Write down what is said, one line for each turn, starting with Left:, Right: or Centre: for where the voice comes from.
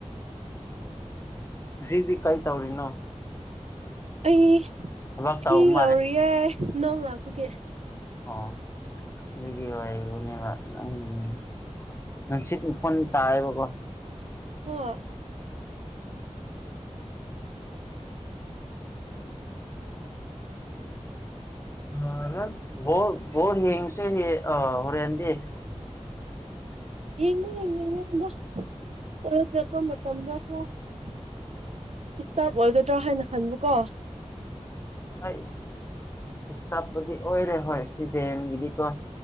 Left: ꯔꯤꯗꯤ ꯀꯩꯏ ꯇꯧꯔꯤꯅꯣ
Right: ꯑꯩ
Left: ꯊꯕꯛ
Right: ꯐꯤ
Left: ꯇꯧꯕ ꯃꯥꯜꯂꯦ
Right: ꯂꯧꯔꯤꯌꯦ ꯅꯣꯡ ꯂꯥꯛꯄꯒꯤ
Left: ꯑꯣ ꯃꯤꯒꯤ ꯋꯥꯏꯕꯅꯦꯕ <unintelligible> ꯅꯨꯡꯁꯤꯠ ꯎꯐꯨꯟ ꯇꯥꯏꯑꯕꯀꯣ
Right: ꯍ <unintelligible>
Left: <unintelligible> ꯑ ꯔ ꯕꯣꯜ ꯕꯣꯜ ꯌꯦꯡꯁꯦ ꯑ ꯍꯣꯔꯦꯟꯗꯤ <unintelligible>
Right: ꯌꯦꯉꯨ ꯌꯦꯅꯤꯡ ꯉꯦ <unintelligible> ꯆꯄ ꯃꯇꯝꯗ <unintelligible> ꯏꯁꯇꯥꯞ ꯑꯣꯏꯒꯗ꯭ꯔꯥ ꯍꯥꯏꯅ ꯈꯟꯕꯀꯣ
Left: ꯍꯣꯏ ꯏꯁꯇꯥꯄꯨꯗꯤ ꯑꯣꯏꯔꯦ ꯍꯣꯏ ꯏꯁꯇꯨꯗꯦꯟꯒꯤꯗꯤꯀꯣ